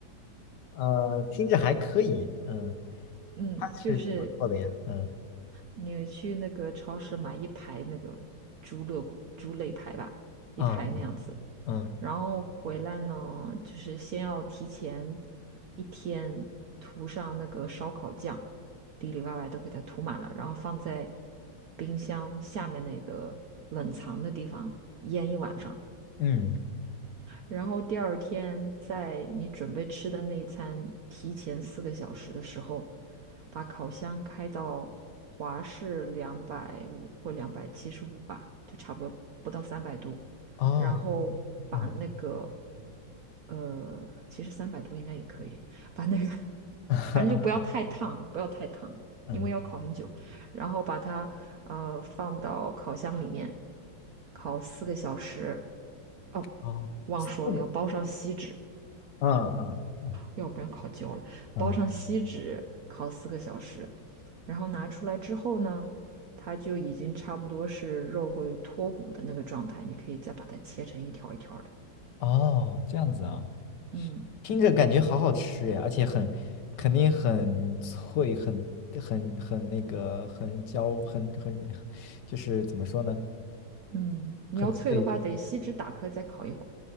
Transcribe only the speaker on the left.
<laughs> 呃，听着还可以。嗯，
它是怎么做的呀？
嗯，
啊啊嗯
嗯
哦
嗯
<laughs>
嗯
哦四个
嗯嗯。
嗯，
哦，这样子啊，
听着感觉好好吃呀，而且很，肯定很脆，很很很那个，很焦，很很，就是怎么说呢，
很脆。